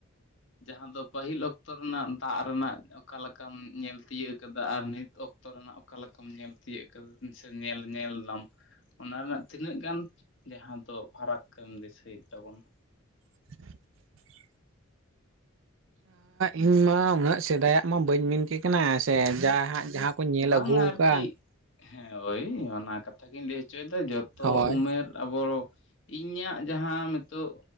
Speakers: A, on the left (about 55°); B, on the right (about 60°).
A: ᱡᱟᱦᱟᱸ ᱫᱚ ᱯᱟᱹᱦᱤᱞ ᱚᱠᱛᱚ ᱨᱮᱱᱟᱜ ᱫᱟᱜ ᱨᱮᱱᱟᱜ ᱚᱠᱟ ᱞᱮᱠᱟᱢ ᱧᱮᱞ ᱛᱤᱭᱟᱹᱜ ᱟᱠᱟᱫᱟ ᱟᱨ ᱱᱤᱛ ᱚᱠᱛᱚ ᱨᱮᱱᱟᱜ ᱚᱠᱟ ᱞᱮᱠᱟᱢ ᱧᱮᱞ ᱛᱤᱭᱟᱹᱜ ᱠᱟᱫᱟ ᱥᱮ ᱧᱮᱞ ᱧᱮᱞ ᱫᱟᱢ ᱚᱱᱟ ᱨᱮᱱᱟᱜ ᱛᱤᱱᱟᱹᱜ ᱜᱟᱱ ᱡᱟᱦᱟᱸ ᱫᱚ ᱯᱷᱟᱨᱟᱠ ᱮᱢ ᱫᱤᱥᱟᱹᱭᱮᱫ ᱛᱟᱵᱚᱱᱟ
B: <inaudible> ᱤᱧ ᱢᱟ ᱩᱱᱟᱹᱜ ᱥᱮᱫᱟᱭᱟᱜ ᱢᱟ ᱵᱟᱹᱧ ᱢᱮᱱ ᱠᱮ ᱠᱟᱱᱟ ᱥᱮ ᱡᱟᱼᱦᱟᱸᱜ ᱡᱟᱦᱟᱸ ᱠᱚ ᱧᱮᱞ
A: ᱵᱟᱝ
B: ᱟᱹᱜᱩ
A: ᱟᱨᱠᱤ
B: ᱟᱠᱟᱫ
A: ᱦᱮᱸ ᱳᱭ ᱚᱱᱟ ᱠᱟᱛᱷᱟ ᱜᱤᱧ ᱞᱟᱹᱭ ᱦᱚᱪᱚᱭᱮᱫᱟ ᱡᱚᱛᱚ
B: ᱦᱳᱭ
A: ᱩᱢᱮᱨ ᱟᱵᱚ ᱤᱧᱟᱹᱜ ᱡᱟᱦᱟᱸ ᱱᱤᱛᱚᱜ